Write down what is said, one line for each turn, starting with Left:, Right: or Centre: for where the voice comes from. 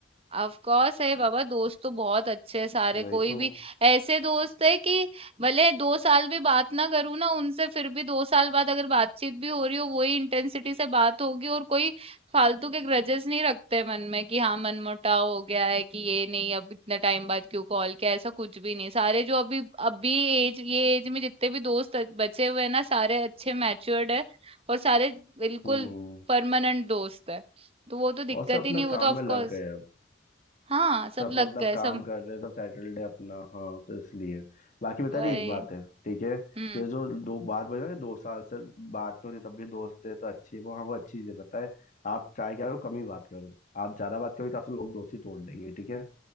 Right: ऑफ कोर्स है बाबा दोस्त तो बहुत अच्छे हैं सारे
Left: वही
Right: कोई
Left: तो
Right: भी ऐसे दोस्त है कि भले दो साल भी बात ना करूं ना उनसे फिर भी दो साल बाद अगर बातचीत भी हो रही हो वही इंटेंसिटी से बात होगी और कोई फालतू के ग्रजेस नहीं रखते मन में कि हाँ मनमुटाव हो गया है कि ये नहीं अब इतने टाइम बाद क्यों कॉल किया ऐसा कुछ भी नहीं सारे जो अभी अभी एज ये एज में जितने भी दोस्त बचे हुए हैं ना सारे अच्छे मैच्योर्ड है और सारे बिल्कुल
Left: हम्म
Right: परमानेंट दोस्त है तो वो तो दिक्कत
Left: और सब अपना
Right: ही नहीं वो
Left: काम
Right: तो ऑफ
Left: में लग
Right: कोर्स
Left: गए
Right: हाँ सब
Left: सब अपना
Right: लग
Left: अपना
Right: गए
Left: काम
Right: सब
Left: कर रहे हैं सब सैटरडे अपना हाँ तो इसलिए बाकी बता
Right: गए
Left: रही एक बात है ठीक है
Right: हम्म
Left: ये जो दो बात बोल रहे हैं ना, दो साल से बात नहीं होती तब भी दोस्त है तो अच्छी है वो हाँ वो अच्छी चीज़ है पता है आप ट्राई करो कम ही बात करो आप ज्यादा बात करोगे तो आपसे लोग दोस्ती तोड़ देंगे ठीक है